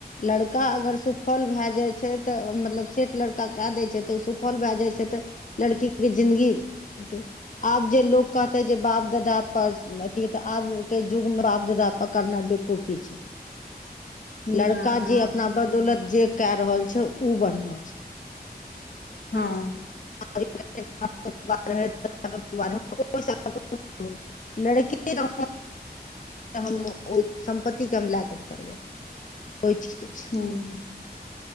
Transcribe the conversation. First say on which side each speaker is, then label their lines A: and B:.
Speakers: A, on the left; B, on the left.
A: लड़ का अगर सुफल भए जाइ छै तऽ मतलब सेठ लड़का कए दै छै तऽ ओ सुफल भए जाइ छै तऽ लड़की के जिंन्दगी आब जे लोग कहतेै जे बाप दाद पर अथी तऽ आब के युग मे बाप ददा पर करनाइ बेकूफी छै
B: हँ
A: लड़का
B: हँ
A: जे अपना बदौलत जे क रहल छै ओ बढ़ियाँ छै
B: हँ
A: <unintelligible> <unintelligible> लड़की त हम ओहि सम्पत्तिके हम लए कऽ करबै ओहि चीजके किछु
B: हूंम्म
A: छै